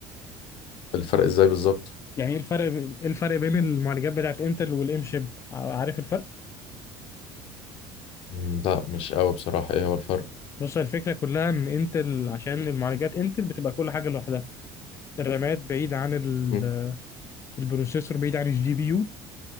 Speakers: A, on the left; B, on the left.
A: الفرق ازاي بالظبط
B: يعني ايه الفرق ب- ايه الفرق بين المعالجات بتاعت انتل والام شيب ع- عارف الفرق
A: مم، لا مش قوي بصراحه ايه هو الفرق
B: بص الفكرة كلها ان انتل عشان المعالجات انتل بتبقى كل حاجة لوحدها الرامات بعيد عن ال-
A: مم.
B: البروسيسور بعيد عن الجي بي يو